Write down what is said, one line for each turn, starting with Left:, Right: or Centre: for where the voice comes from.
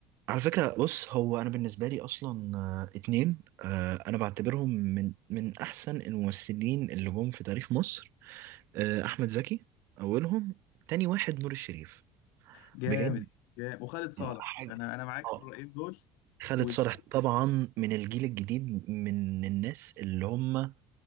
Right: على فكرة بص هو أنا بالنسبة لي أصلا آه، اتنين آه، أنا بعتبرهم من من أحسن الممثلين اللي جم في تاريخ مصر آه، احمد زكي اولهم تاني واحد نور الشريف
Left: جامد
Right: بجد
Left: جامد وخالد صالح
Right: آه، حاجه
Left: انا انا معاك
Right: اه
Left: في الرأيين دول
Right: خالد
Left: وعباقرة
Right: صالح طبعا من الجيل الجديد من الناس اللي هم